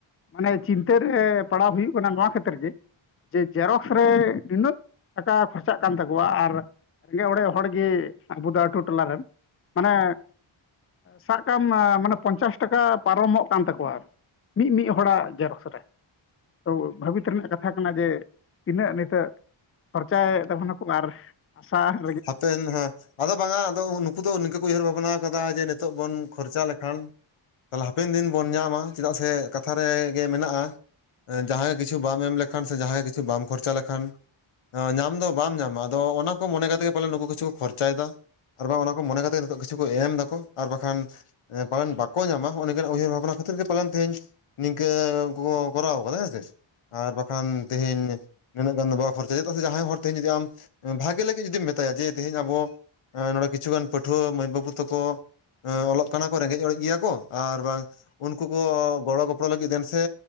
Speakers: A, on the left (about 30°); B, on the left (about 85°).
A: ᱢᱟᱱᱮ ᱪᱤᱱᱛᱟᱹ ᱨᱮ ᱯᱟᱲᱟᱣ ᱦᱩᱭᱩᱜ ᱠᱟᱱᱟ ᱱᱚᱣᱟ ᱠᱷᱟᱹᱛᱤᱨ ᱜᱮ, ᱡᱮ, ᱡᱮᱨᱚᱠᱥ ᱨᱮ ᱱᱤᱱᱟᱹᱜ? ᱴᱟᱠᱟ ᱠᱷᱚᱨ ᱪᱟᱜ ᱠᱟᱱ ᱛᱟᱠᱚ ᱣᱟ ᱟᱨ ᱨᱮᱸᱜᱮᱡ ᱚᱲᱮᱡ ᱦᱚᱲ ᱜᱮ ᱟᱵᱚ ᱫᱚ ᱟᱛᱳ ᱴᱚᱞᱟ ᱨᱮᱱ᱾ ᱢᱟᱱᱮ ᱥᱟᱜ ᱠᱟᱜᱼᱟᱢ ᱢᱟᱱᱮ ᱯᱚᱧᱪᱟᱥ ᱴᱟᱠᱟ ᱯᱟᱨᱚ ᱢᱚᱜ ᱠᱟᱱ ᱛᱟᱠᱚ ᱣᱟ ᱟᱨ ᱢᱤᱫ- ᱢᱤᱫ ᱦᱚᱲᱟᱜ ᱡᱮᱨᱚᱠᱥ ᱨᱮ ᱾ ᱛᱚ ᱵᱷᱟᱹᱵᱤᱛ ᱨᱮᱱᱟᱜ ᱠᱟᱛᱷᱟ ᱠᱟᱱᱟ ᱡᱮ, ᱛᱤᱱᱟᱹᱜ ᱱᱤᱛᱟᱹᱜ? ᱠᱷᱚᱨᱪᱟᱭᱮᱫ ᱛᱟᱵᱚᱱᱟᱠᱚ ᱟᱨ ᱟᱥᱟ --
B: ᱦᱟᱯᱮᱱ ᱦᱮᱸ, ᱟᱫᱚ ᱵᱟᱝᱟ ᱟᱫᱚ ᱩᱱᱼᱼ ᱩᱱᱠᱩ ᱫᱚ ᱱᱤᱝᱠᱟᱹ ᱠᱚ ᱩᱭᱦᱟᱹᱨ ᱵᱷᱟᱵᱽᱱᱟ ᱟᱠᱟᱫᱟ, ᱡᱮ ᱱᱤᱛᱚᱜ ᱵᱚᱱ ᱠᱷᱚᱨᱪᱟ ᱞᱮᱠᱷᱟᱱ? ᱛᱟᱦᱞᱮ ᱦᱟᱯᱮᱱ ᱫᱤᱱ ᱵᱚᱱ ᱧᱟᱢᱟ, ᱪᱮᱫᱟᱜ ᱥᱮ ᱠᱟᱛᱷᱟ ᱨᱮᱜᱮ ᱢᱮᱱᱟᱜᱼᱟ ᱾ ᱡᱟᱦᱟᱸᱭᱭᱟᱜ ᱠᱤᱪᱷᱩ ᱵᱟᱢ ᱮᱢ ᱞᱮᱠᱷᱟᱱ, ᱥᱮ ᱡᱟᱦᱟᱸᱭᱟᱜ ᱠᱤᱪᱷᱩ ᱵᱟᱢ ᱠᱷᱚᱨᱪᱟ ᱞᱮᱠᱷᱟᱱ ᱾ ᱧᱟᱢ ᱫᱚ ᱵᱟᱢ ᱧᱟᱢᱟ ᱟᱫᱚ ᱚᱱᱟ ᱠᱚ ᱢᱚᱱᱮ ᱠᱟᱛᱮ ᱜᱮ ᱯᱟᱞᱮ ᱱᱩᱠᱩ ᱠᱤᱪᱷᱩ ᱠᱚ ᱠᱷᱚᱨᱪᱟᱭᱮᱫᱟ ᱾ ᱟᱨ ᱵᱟᱝ ᱚᱱᱟ ᱠᱚ ᱢᱚᱱᱮ ᱠᱟᱛᱮᱫ ᱱᱤᱛᱚᱜ ᱠᱤᱪᱷᱩ ᱠᱚ ᱮᱢ ᱫᱟᱠᱚ ᱟᱨ ᱵᱟᱠᱷᱟᱱ ᱮᱸ ᱯᱟᱞᱮᱱ ᱵᱟᱠᱚ ᱧᱟᱢᱟ ᱦᱚᱸ ᱱᱤᱝᱠᱟᱹᱱ ᱩᱭᱦᱟᱹᱨ ᱵᱷᱟᱵᱽᱱᱟ ᱠᱷᱛᱤᱨ ᱜᱮ ᱯᱟᱞᱮᱱ ᱛᱮᱦᱤᱧ ᱱᱤᱝᱠᱟᱹ ᱩᱱᱠᱩ ᱠᱚ ᱠᱚᱨᱟᱣ ᱠᱟᱫᱟ ᱦᱮᱸ ᱥᱮ ᱟᱨ ᱵᱟᱠᱷᱟᱱ ᱛᱮᱦᱮᱧ, ᱱᱤᱱᱟᱹᱜ ᱜᱟᱱ ᱫᱚ ᱵᱟᱝ ᱠᱷᱚᱨᱪᱟ ᱪᱮᱫᱟᱜ ᱥᱮ ᱡᱟᱦᱟᱸᱭ ᱦᱚᱲ ᱛᱮᱦᱮᱧ ᱡᱩᱫᱤ ᱟᱢ ᱵᱷᱟᱜᱮ ᱞᱟᱹᱜᱤᱫ ᱡᱩᱫᱤ ᱢᱮᱛ ᱛᱟᱭᱟ ᱡᱮ ᱛ ᱛᱮᱦᱤᱧ ᱟᱵᱚ ᱮ ᱱᱚᱰᱮ ᱠᱤᱷᱩᱜᱟᱱ ᱯᱟᱹᱴᱷᱩᱣᱟᱹ ᱢᱟᱹᱭ ᱵᱟᱹᱵᱩ ᱛᱟᱠᱚ ᱮᱸ ᱚᱞᱚᱜ ᱠᱟᱱᱟ ᱠᱚ ᱨᱮᱸᱜᱮᱡᱼᱚᱨᱮᱡ ᱜᱮᱭᱟ ᱠᱚ ᱟᱨ ᱵᱟᱝ ᱩᱱᱠᱩ ᱠᱚ ᱜᱚᱲᱚ ᱜᱚᱯᱚᱲᱚ ᱞᱟᱹᱜᱤᱫ ᱫᱮᱱ ᱥᱮ